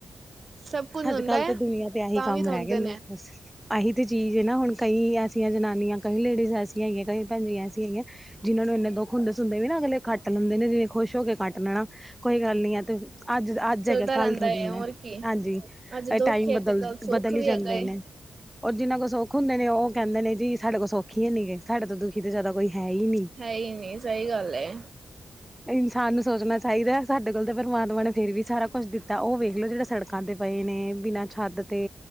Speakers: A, on the right; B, in the centre.
A: ਸਭ ਕੁੱਝ ਹੁੰਦਾ
B: ਅੱਜ ਕੱਲ੍ਹ ਦੁਨੀਆਂ
A: ਏ।
B: ਤੇ ਆਹੀ
A: ਤਾਂ
B: ਕੰਮ
A: ਵੀ ਰੋਂਦੇ
B: ਰਹਿ ਗਏ ਨੇ, ਬਸ। ਆਹੀ ਤਾਂ ਚੀਜ਼ ਹੈ ਨਾ ਹੁਣ ਕਈ ਐਸੀਆਂ ਜਨਾਨੀਆਂ ਕਈ ਲੇਡੀਜ਼ ਐਸੀਆਂ ਹੇਗੀਆਂ ਕਈ ਭੈਣ ਜੀਆਂ ਐਸੀਆਂ ਹੇਗੀਆਂ ਜਿਹਨਾਂ ਨੂੰ ਇੰਨੇ ਦੁੱਖ ਹੁੰਦੇ ਸੁਣਦੇ ਵੀ ਨਾ ਅਗਲੇ ਕੱਟ ਲੈਂਦੇ ਨੇ ਜਿਵੇਂ ਖੁਸ਼ ਹੋ ਕੇ ਕੱਟ ਲੈਣਾ ਕੋਈ ਗੱਲ ਨੀ ਹੈ ਤੇ ਅੱਜ, ਅੱਜ
A: ਚੱਲਦਾ
B: ਹੈਗਾ ਕੱਲ੍ਹ
A: ਰਹਿੰਦਾ
B: ਥੋੜੀ
A: ਏ
B: ਨਾ
A: ਹੋਰ ਕੀ।
B: ਹਾਂਜੀ।
A: ਅੱਜ
B: ਏਹ
A: ਦੁੱਖ
B: ਟਾਈਮ
A: ਏ
B: ਬਦਲ
A: ਤੇ ਕੱਲ ਸੁੱਖ
B: ਬਦਲ
A: ਵੀ
B: ਹੀ ਜਾਂਦੇ
A: ਹੈਗਾ ਏ।
B: ਨੇ। ਔਰ ਜਿੰਨਾ ਕੋਲ ਸੁੱਖ ਹੁੰਦੇ ਨੇ ਉਹ ਕਹਿੰਦੇ ਨੇ ਜੀ ਸਾਡੇ ਕੋਲ ਸੁੱਖ ਈ ਹੈਨੀ ਗੇ ਸਾਡੇ ਤੋਂ ਦੁਖੀ ਤਾਂ ਜ਼ਿਆਦਾ ਕੋਈ ਹੈ ਈ ਨੀ।
A: ਹੈ ਈ ਨੀ ਸਹੀ ਗੱਲ ਏ।
B: <inaudible> ਇਨਸਾਨ ਨੂੰ ਸੋਚਣਾ ਚਾਹੀਦਾ ਸਾਡੇ ਕੋਲ ਤਾਂ ਪਰਮਾਤਮਾ ਨੇ ਫੇਰ ਵੀ ਸਾਰਾ ਕੁਛ ਦਿੱਤਾ ਉਹ ਵੇਖ ਲੋ ਜਿਹੜੇ ਸੜਕਾਂ ਤੇ ਪਏ ਨੇ। ਬਿਨਾਂ ਛੱਤ ਤੇ,